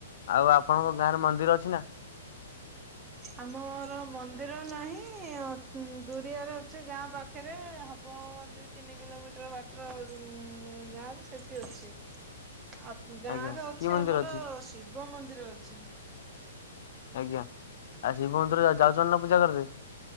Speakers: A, on the left (about 55°); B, on the right (about 20°).
A: ଆଉ ଆପଣଙ୍କ ଗାଁ ରେ ମନ୍ଦିର ଅଛି ନା।
B: ଆମର ମନ୍ଦିର ନାହିଁ ଅ ଦୁରିଆରେ ଅଛି ଗାଁ ପାଖରେ ହବ ଦି ତିନି କିଲୋମିଟର ବାଟ ଉଁ ଗାଁରେ ସେଇଠି ଅଛି ଆ ଗାଁରେ
A: ଆଜ୍ଞା
B: ଅଛି
A: କି ମନ୍ଦିର
B: ଆମର
A: ଅଛି
B: ଶିବ ମନ୍ଦିର ଅଛି।
A: ଆଜ୍ଞା ଆଉ ଶିବ ମନ୍ଦିର ଯାଉଛନ୍ତି ନା ପୂଜା କରିବେ।